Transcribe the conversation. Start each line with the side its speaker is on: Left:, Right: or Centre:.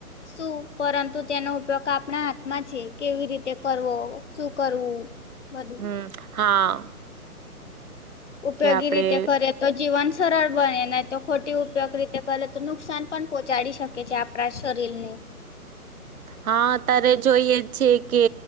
Left: શું પરંતુ તેનો ઉપયોગ આપણા હાથમાં છે. કેવી રીતે કરવો શું કરવું બધું
Right: હમ્મ હા
Left: ઉપયોગી
Right: કે આપડે
Left: રીતે કરે તોજ જીવન સરળ બને ને તો ખોટી ઉપયોગ રીતે કરે તો નુકસાન પણ પોહોંચાડી શકે છે આપણા શરીરનું
Right: હા તારે જોઈએ છે કે